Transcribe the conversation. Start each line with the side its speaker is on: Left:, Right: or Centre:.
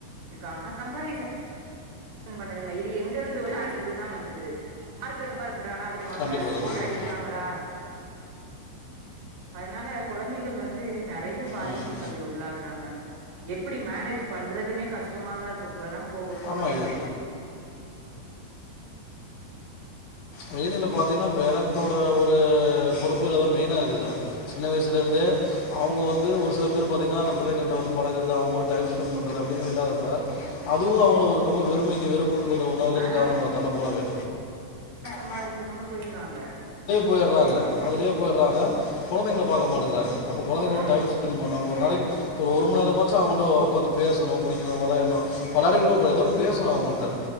Right: இருக்காங்கா கம்ப்பாரீசன் பண்ணுதுங்க இது எங்க இருந்து வந்தது இருந்து தா வந்தது மார்க் பா போட்டு
Left: கண்டிப்பாக கண்டிப்பாக
Right: அடிக்குறாங்களா அதனால கொழந்தைகள் வந்து நெறைய பாதிப்புகள்
Left: ம்
Right: உள்ளாகுறாங்க எப்படி மேனேஜ் பண்றதுன்னே கஷ்டமா தா இருக்கு போக போக
Left: ஆமாம்
Right: தா
Left: இது மெய்ன் இதுல பாத்திங்கன்னா பேரண்ட்டோட ஒரு பொறுப்புல தா மெயினா இருக்கு இதுல சின்ன வயசுலேருந்தே அவுங்க வந்து ஒரு சில பேர் பாத்தீங்கனா அந்த பிள்ளைங்கள்ட்ட வந்து பழகுறது அவூங்க கூட டைம் ஸ்பெண்ட் பண்ணுறது அ இல்லாத அப்ப அதுவு அவுங்க ஒரு ரொம்ப வெறுமை வெறுப்புக்கு கொஞ்ஜோ உள்ளாகுற
Right: ஆ
Left: காரணமாக தா மூலமே
Right: சம்பாரிக்கனோனு
Left: ஆ
Right: போயிட்றாங்க
Left: போயிடுறாங்க அதுலயே போயிறாங்க குழந்தைங்கள பாக்க மாட்டேங்கிறாங்க அப்போ குழந்தைங்களோடு
Right: ஆ
Left: டைம் ஸ்பெண்ட் பண்ண ஒரு நாளைக்கு ஒரு ஒரு மணி நேர கொஞ்மாச்சோ அவுங்கிட்ட ஒக்காந்து பேசனு புடிக்கனும் வெளையாடனும் எதா ஒன்னு பேசனு அவுங்கள்ட்ட